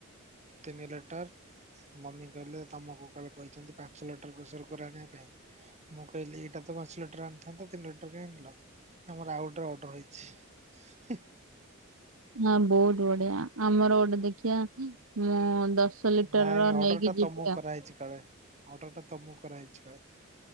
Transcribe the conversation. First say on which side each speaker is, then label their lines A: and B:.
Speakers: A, on the right (about 35°); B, on the right (about 75°).
A: ତିନି ଲିଟର। ମମି କହିଲେ ତମକୁ କୁଆଡେ କହିଛନ୍ତି ପାଞ୍ଚ ଲିଟର ପ୍ରେସର କୁକର ଆଣିବା ପାଇଁ। ମୁଁ କହିଲି ଏଇଟା ତ ପାଞ୍ଚ ଲିଟର ଆଣିଥାନ୍ତା ତିନି ଲିଟର କାଇଁ ଆଣିଲ। ଆମର ଆଉ ଗୋଟେ ଅର୍ଡର ହେଇଛି।
B: ହଁ ବହୁତ ବଢିଆ ଆମର ଗୋଟେ ଦେଖିଆ ମୁଁ ଦଶ ଲିଟର
A: ନାଇଁ
B: ର
A: ଅର୍ଡର
B: ନେଇକି
A: ଟା
B: ଯିବି
A: ତମକୁ
B: ଆଉ
A: କରାହେଇଛି କାଳେ ଅର୍ଡର ଟା ତମକୁ କରାହେଇଛି କାଳେ।